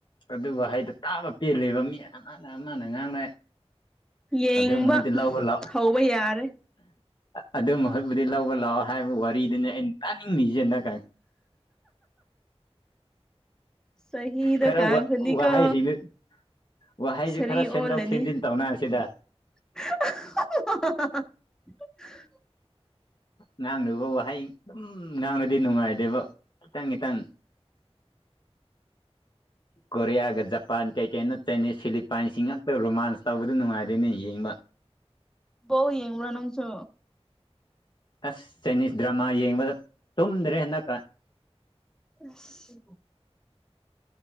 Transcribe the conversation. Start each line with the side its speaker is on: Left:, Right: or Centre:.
Left: ꯑꯗꯨ ꯋꯥꯍꯩꯗꯨ ꯇꯥꯕ ꯄꯦꯜꯂꯦꯕ ꯃꯤ ꯑꯃꯅ ꯑꯃꯅ ꯉꯥꯡꯅꯩ
Centre: ꯌꯦꯡꯕ
Left: ꯑꯗꯨꯏ ꯃꯍꯨꯠꯇꯤ ꯂꯧꯕ ꯂꯥꯛ
Centre: ꯍꯧꯕ ꯌꯥꯔꯦ
Left: ꯑꯗꯨꯏ ꯃꯍꯨꯠꯄꯨꯗꯤ ꯂꯧꯕ ꯂꯥꯛꯑꯣ ꯍꯥꯏꯕ ꯋꯥꯔꯤꯗꯨꯅꯤ ꯑꯩꯅ ꯇꯥꯅꯤꯡꯉꯤꯁꯦꯅ ꯀꯥꯏ
Centre: ꯆꯍꯤꯗꯣ
Left: ꯈꯔ
Centre: ꯀꯥꯡꯈ꯭ꯔꯗꯤꯀꯣ
Left: ꯋꯥ ꯋꯥꯍꯩꯁꯤꯡꯗ‌ꯨ ꯋꯥꯍꯩꯖꯤ
Centre: ꯁꯥꯔꯤ
Left: ꯈꯔ
Centre: ꯑꯣꯜꯂꯅꯤ
Left: ꯁꯦꯝꯗꯣꯛ ꯁꯦꯝꯖꯤꯟ ꯇꯧꯅꯕꯁꯤꯗ
Centre: <unintelligible> <unintelligible>
Left: ꯉꯥꯡꯅꯕ ꯋꯥꯍꯩ ꯑꯗꯨꯝ ꯉꯥꯡꯂꯗꯤ ꯅꯨꯡꯉꯥꯏꯗꯦꯕ ꯈꯤꯇꯪ ꯈꯤꯇꯪ ꯀꯣꯔꯤꯌꯥꯒ ꯖꯄꯥꯟ ꯀꯩ ꯀꯩꯅ‌ꯣ ꯆꯥꯏꯅꯤꯁ ꯐꯤꯂꯤꯞ ꯄꯥꯏꯟꯁꯤꯡ ꯉꯥꯛꯇ ꯔꯣꯃꯥꯟꯁ ꯇꯧꯕꯗ‌ꯣ ꯅꯨꯡꯉꯥꯏꯗ‌ꯦꯅꯦ ꯌꯦꯡꯕ
Centre: ꯕ‌ꯣꯜ ꯌ‌ꯦꯡꯕ꯭ꯔ‌ꯣ ꯅꯪꯁꯨ
Left: ꯑꯁ ꯆꯥꯏꯅꯤꯁ ꯗ꯭ꯔꯃꯥ ꯌꯦꯡꯕꯗ ꯇꯨꯝꯗ꯭ꯔꯦ ꯍꯟꯗꯛꯀ
Centre: ꯑꯁ